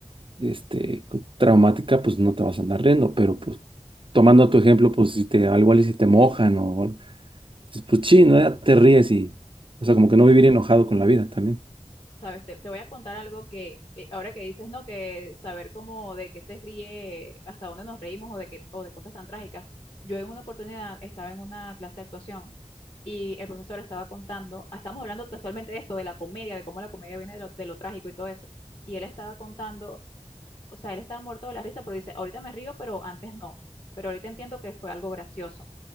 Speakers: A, on the right; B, on the left.
A: este, traumática, pues no te vas a andar riendo, pero pues tomando tu ejemplo, pues si te, algo y si te mojan o dices, pues sí, ¿no? Ya Te ríes y, o sea, como que no vivir enojado con la vida también.
B: Sabes, te, te voy a contar algo que eh, ahora que dices, ¿no? Que saber cómo de qué se ríe, hasta dónde nos reímos o de qué, o de cosas tan trágicas. Yo en una oportunidad estaba en una clase de actuación y el profesor estaba contando, estamos hablando casualmente de esto, de la comedia, de cómo la comedia viene de lo, de lo trágico y todo eso. Y él estaba contando, o sea, él estaba muerto de la risa, pero dice, ahorita me río, pero antes no. Pero ahorita entiendo que fue algo gracioso